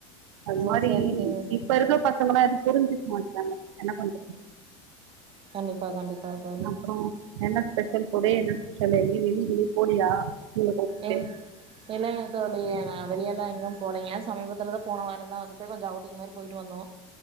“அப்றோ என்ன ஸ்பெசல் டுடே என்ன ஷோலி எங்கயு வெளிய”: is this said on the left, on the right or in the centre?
Right